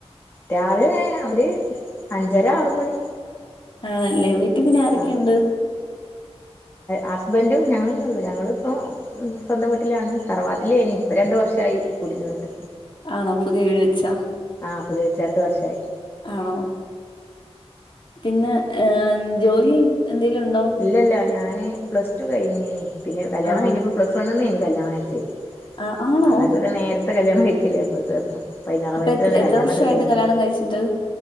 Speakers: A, on the left (about 20°); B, on the left (about 50°).
A: രാവിലെ അവര് അഞ്ചര ആറ മണി
B: ആണല്ലേ വീട്ടിൽ പിന്നെ ആരൊക്കെയുണ്ട്.
A: ആഹ് ഹസ്ബൻഡും ഞങ്ങളന്ന ഞങ്ങളിപ്പം സ്വന്തം വട്ടിലാണ് തറവാറ്റിലേനി രണ്ടു വർഷമായി കൂടിരുന്നിട്ട്.
B: ആണോ പുതിയ വീട് വെച്ചാ
A: ആ പുതുയച്ച് രണ്ട് വർഷമായി
B: ആണോ പിന്നെ ജോലി എന്തെങ്കലും ഉണ്ടോ
A: ഇല്ലല്ല ഞാന് പ്ലസ് ടു കഴിഞ്ഞന് പിന്നെ കല്യാണം
B: ആഹ്
A: കഴിഞ്ഞപ്പോ പ്ലസ് വണ്ണന്നന് കല്യാണം അയച്ചേ
B: ആ ആണോ
A: അന്നക്കെ ഇവിടെ നേരത്തെ കല്യാണം കഴിക്കില്ലേ അപ്പ പതിനാറ്
B: അപ്പൊ
A: വയസ്സിൽ
B: എത്ര
A: തന്നെ
B: എത്ര
A: കല്യാണംക്കെ
B: വർഷായിട്ട്
A: കഴിഞ്ഞു
B: കല്യാണം കഴിച്ചിട്ട്